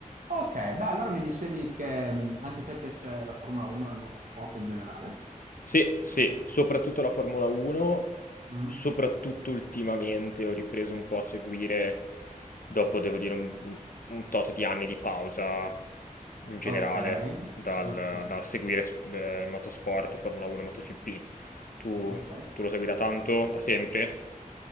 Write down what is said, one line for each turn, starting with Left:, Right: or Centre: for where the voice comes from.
Right: Ok, beh, allora mi dicevi che mh, anche a te piace la Formula 1 e il motorsport in generale?
Left: Sì, sì, soprattutto la Formula 1,
Right: Mm?
Left: soprattutto ultimamente ho ripreso un po' a seguire, dopo devo dire un, un- un tot di anni di pausa in generale,
Right: Ok,
Left: dal,
Right: ok,
Left: dal seguire s- eh, motorsport, Formula 1, MotoGP. Tu,
Right: ok.
Left: tu lo segui da tanto, da sempre?